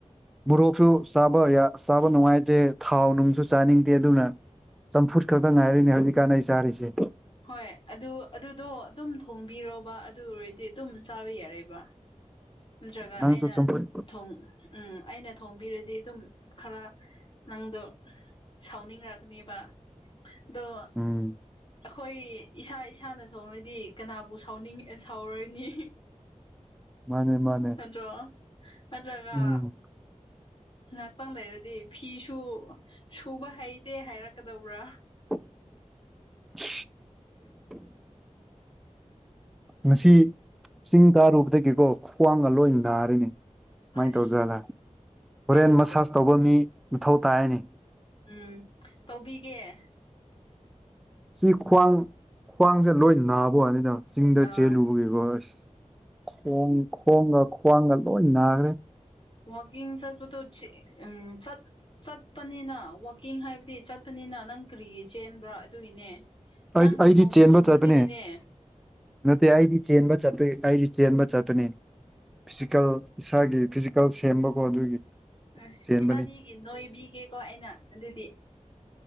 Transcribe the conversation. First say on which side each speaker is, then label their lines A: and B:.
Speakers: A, in the centre; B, on the left (about 45°).
A: ꯃꯣꯔꯣꯛꯁꯨ ꯆꯥꯕ ꯆꯥꯕ ꯅꯨꯡꯉꯥꯏꯇꯦ ꯊꯥꯎ ꯅꯨꯡꯁꯨ ꯆꯥꯅꯤꯡꯗꯦ ꯑꯗꯨꯅ ꯆꯝꯐꯨꯠ ꯈꯛꯇ ꯉꯥꯏꯔꯤꯅꯦ ꯍꯧꯖꯤꯛꯀꯥꯟ ꯑꯩ ꯆꯥꯔꯤꯁꯦ
B: ꯍꯣꯏ ꯑꯗꯨ ꯑꯗꯨꯗꯣ ꯑꯗꯨꯝ ꯊꯣꯡꯕꯤꯔꯣꯕ ꯑꯗꯨ ꯑꯣꯏꯔꯗꯤ ꯑꯗꯨꯝ ꯆꯥꯕ ꯌꯥꯔꯦꯕ ꯅꯠꯇ꯭ꯔꯒ
A: ꯅꯪꯁꯨ
B: ꯑꯩꯅ
A: ꯆꯝꯐꯨꯠ
B: ꯊꯣꯡ ꯎꯝ ꯑꯩꯅ ꯊꯣꯡꯕꯤꯔꯗꯤ ꯑꯗꯨꯝ ꯈꯔ ꯅꯪꯗꯣ ꯁꯥꯎꯅꯤꯡꯉꯛꯒꯅꯦꯕ ꯑꯗꯣ
A: ꯎꯝ
B: ꯈꯣꯏ ꯏꯁꯥ ꯏꯁꯥꯅ ꯊꯣꯡꯔꯗꯤ ꯀꯅꯥꯕꯨ ꯁꯥꯎꯅꯤꯡ ꯁꯥꯎꯔꯣꯏꯅꯤ
A: ꯃꯥꯅꯦ ꯃꯥꯅꯦ
B: ꯣ <unintelligible> ꯅꯠꯇ꯭ꯔꯒ
A: ꯎꯝ
B: ꯉꯥꯏꯍꯥꯛꯇꯪ ꯂꯩꯔꯗꯤ ꯐꯤꯁꯨ ꯁꯨꯕ ꯍꯩ ꯏꯠꯇꯦ ꯍꯥꯏꯔꯛꯀꯗꯧꯕ꯭ꯔꯥ
A: <unintelligible> ꯉꯁꯤ ꯆꯤꯡ ꯇꯥꯔꯨꯕꯗꯒꯤꯀꯣ ꯈ꯭ꯋꯥꯡꯒ ꯂꯣꯏ ꯅꯥꯔꯤꯅꯤ ꯁꯨꯃꯥꯏꯅ
B: ꯑꯁ
A: ꯇꯧꯖꯥꯂ ꯍꯣꯔꯦꯟ
B: ꯑꯗꯣ
A: ꯃꯁꯥꯁ ꯇꯧꯕ ꯃꯤ ꯃꯊꯧ ꯇꯥꯔꯅꯤ
B: ꯎꯝ ꯇꯧꯕꯤꯒꯦ
A: ꯁꯤ ꯈ꯭ꯋꯥꯡ ꯈ꯭ꯋꯥꯡꯁꯦ ꯂꯣꯏ ꯅꯥꯕ ꯋꯥꯅꯤꯗ ꯆꯤꯡꯗ
B: ꯑꯥ
A: ꯆꯦꯜꯂꯨꯕꯒꯤꯀꯣ ꯑꯁ ꯈꯣꯡ ꯈ꯭ꯣꯡꯒ ꯈ꯭ꯋꯥꯡꯒ ꯂꯣꯏ ꯅꯥꯈ꯭ꯔꯦ
B: ꯋꯥꯀꯤꯡ ꯁꯔꯄ ꯆꯠ ꯆꯠꯄꯅꯤꯅ ꯋꯥꯛꯀꯤꯡ ꯍꯥꯏꯕꯗꯤ ꯆꯠꯄꯅꯤꯅ ꯅꯪ ꯀꯔꯤꯒꯤ ꯆꯦꯟꯕ꯭ꯔꯥ ꯑꯗꯨꯒꯤꯅꯦ ꯅꯪ
A: ꯑꯩ
B: ꯅꯤꯌꯣꯝ
A: ꯑꯩꯗꯤ ꯆꯦꯟꯕ
B: ꯆꯨꯝꯗꯕꯒꯤꯅꯦ
A: ꯆꯠꯇꯄꯅꯦ ꯅꯠꯇꯦ ꯑꯩꯗꯤ ꯆꯦꯟꯕ ꯆꯄ ꯑꯩꯒꯤ ꯆꯦꯟꯕ ꯆꯠꯄꯅꯤ ꯐꯤꯖꯤꯀꯦꯜ ꯏꯁꯥꯒꯤ ꯐꯤ ꯀꯜ ꯁꯦꯝꯕꯀꯣ ꯑꯗꯨꯒꯤ
B: ꯑꯁ
A: ꯆꯦꯟꯕꯅꯤ
B: ꯏꯕꯥꯅꯤꯒꯤ ꯅꯣꯏꯕꯤꯒꯦꯀꯣ ꯑꯩꯅ ꯑꯗꯨꯗꯤ